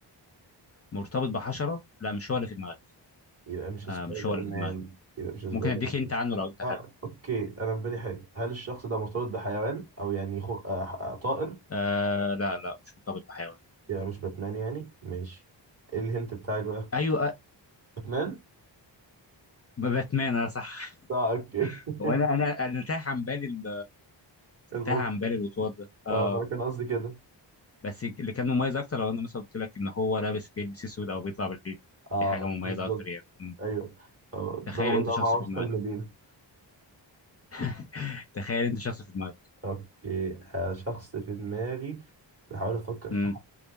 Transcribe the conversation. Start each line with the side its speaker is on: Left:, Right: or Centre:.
Left: مرتبط بحشرة لا مش هو اللي في دماغك
Right: يبقى مش سبايدر
Left: آه مش هو اللي
Right: مان
Left: في دماغك
Right: يبقى مش سبايدر
Left: ممكن اديك
Right: مان
Left: انت عنه لو انت حابب
Right: اه اوكي انا في بالي حاجة هل الشخص ده مرتبط بحيوان او يعني خو... آه طائر؟
Left: آه لا لا مش مرتبط بحيوان
Right: يبقى مش باتمان يعني ماشي ايه الهنت بتاعك بقى؟
Left: ايوه آه،
Right: باتمان؟
Left: باتمان انا صح
Right: اه اوكي <laughs>
Left: وانا انا انا تاه عن بالي ال-
Right: المخ
Left: تاه عن بالي الوطواط ده اه
Right: اه ما انا كان قصدي كده
Left: بس اللي كان مميز اكتر لو انا مثلا قلت لك ان هو لابس بيلبس اسود او بيطلع بالليل
Right: اه
Left: دي حاجه مميزه
Right: بالظبط
Left: اكتر يعني مم.
Right: ايوه آه،
Left: تخيل
Right: ضوء
Left: انت
Right: اللي
Left: شخص
Right: هو مع وسط
Left: في دماغك
Right: المدينه
Left: <laughs> تخيل انت شخص في دماغك
Right: اوكي آه شخص في دماغي بحاول افكر
Left: مم.
Right: في حد